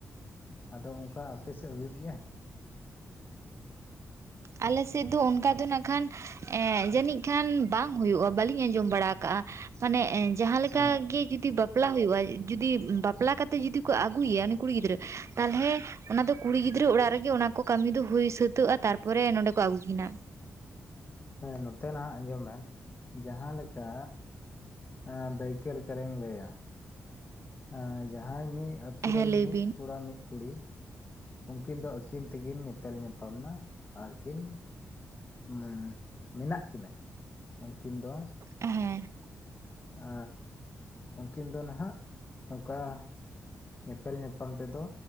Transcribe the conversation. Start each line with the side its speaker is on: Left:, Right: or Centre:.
Left: ᱟᱫᱚ ᱚᱱᱠᱟ ᱟᱯᱮ ᱥᱮᱫ ᱦᱩᱭᱩᱜ ᱜᱮᱭᱟ?
Right: ᱟᱞᱮ ᱥᱮᱫ ᱫᱚ ᱚᱱᱠᱟ ᱫᱚ ᱱᱟᱜ ᱠᱷᱟᱱ ᱮᱸᱜ ᱡᱟᱹᱱᱤᱡ ᱠᱷᱟᱱ ᱵᱟᱝ ᱦᱩᱭᱩᱜ-ᱟ ᱵᱟᱹᱞᱤᱧ ᱟᱸᱡᱚᱢ ᱵᱟᱲᱟ ᱠᱟᱜ-ᱟ ᱾ ᱢᱟᱱᱮ ᱮ ᱡᱟᱦᱟᱸ ᱞᱮᱠᱟ
Left: ᱦᱮᱸ
Right: ᱜᱮ ᱡᱩᱫᱤ ᱵᱟᱯ ᱵᱟᱯᱞᱟ ᱦᱩᱭᱩᱜᱼᱟ ᱡᱩᱫᱤ ᱵᱟᱯᱞᱟ ᱠᱟᱛᱮᱜ ᱡᱩᱫᱤ ᱠᱚ ᱟᱹᱜᱩᱮᱭᱟ ᱩᱱᱤ ᱠᱩᱲᱤ ᱜᱤᱫᱽᱨᱟᱹ ᱛᱟᱞᱦᱮ ᱚᱱᱟ ᱫᱚ ᱠᱩᱲᱤ ᱜᱤᱫᱽᱨᱟᱹ ᱚᱲᱟᱜ ᱨᱮᱜᱮ ᱚᱱᱟ ᱠᱚ ᱠᱟᱹᱢᱤ ᱫᱚ ᱦᱩᱭ ᱥᱟᱹᱛᱟᱹᱜᱼᱟ ᱛᱟᱨ ᱯᱚᱨᱮ ᱱᱚᱸᱰᱮ ᱠᱚ ᱟᱹᱜᱩ ᱠᱤᱱᱟ ᱾
Left: ᱦᱮᱸ ᱱᱚᱛᱮ ᱱᱟᱦᱟᱜ ᱟᱸᱡᱚᱢ ᱵᱮᱱ ᱡᱟᱦᱟᱸ ᱞᱮᱠᱟ ᱦᱮᱸ ᱫᱟᱹᱭᱠᱟᱹ ᱞᱮᱠᱟ ᱞᱤᱧ ᱞᱟᱹᱭᱟ ᱾ ᱮᱸ ᱡᱟᱦᱟᱸᱭ ᱢᱤᱫ ᱟᱹᱛᱩ
Right: ᱦᱮᱸ
Left: ᱨᱮᱱ
Right: ᱞᱟᱹᱭ
Left: ᱢᱤᱫ
Right: ᱵᱤᱱ
Left: ᱠᱚᱲᱟ ᱢᱤᱫ ᱠᱩᱲᱤ ᱩᱝᱠᱤᱱ ᱫᱚ ᱟᱹᱠᱤᱱ ᱛᱮᱠᱤᱱ ᱧᱮᱯᱮᱞ ᱧᱟᱯᱟᱢ ᱢᱟ ᱟᱨᱠᱤᱱ ᱩᱸ ᱢᱮᱱᱟᱜ ᱠᱤᱱᱟ ᱩᱝᱠᱤᱱ ᱫᱚ
Right: ᱦᱮᱸ
Left: ᱟᱻ ᱩᱝᱠᱤᱱ ᱫᱚ ᱱᱟᱦᱟᱜ ᱱᱚᱝᱠᱟ ᱧᱮᱯᱮᱞ ᱧᱟᱯᱟᱢ ᱛᱮᱫᱚ